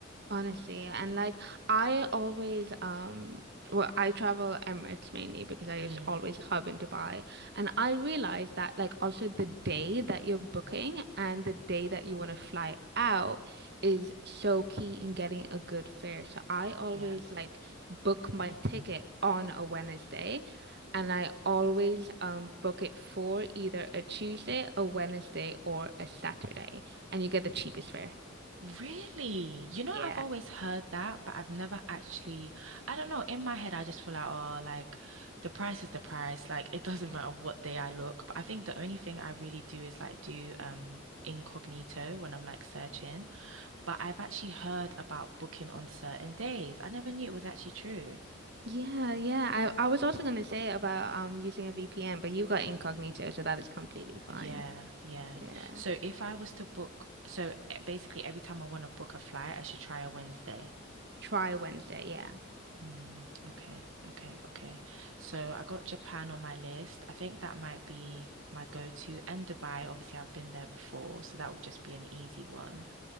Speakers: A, on the right; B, on the right.
A: Honestly, and like I always um well I travel Emirates mainly because I
B: Mm,
A: just always hub in Dubai and I realized that like also the day that you're booking and the day that you want to fly out is so key in getting a good fare. So I always
B: yeah.
A: like book my ticket on a Wednesday and I always um book it for either a Tuesday, a Wednesday or a Saturday and you get the cheapest fare.
B: Really? You know,
A: Yeah.
B: I've always heard that, but I've never actually, I don't know, in my head I just feel like, oh, like the price is the price, like it <laughs> doesn't matter what day I look. But I think the only thing I really do is like do um incognito when I'm like searching. But I've actually heard about booking on certain days. I never knew it was actually true.
A: Yeah, yeah. I, I was also gonna say about um using a VPN, but you got incognito, so that is completely fine.
B: Yeah, yeah.
A: Yeah.
B: So if I was to book, so e- basically every time I want to book a flight, I should try a Wednesday.
A: Try Wednesday, yeah.
B: Mm, okay, okay, okay. So I got Japan on my list. I think that might be my go-to. And Dubai, obviously I've been there before, so that would just be an easy one.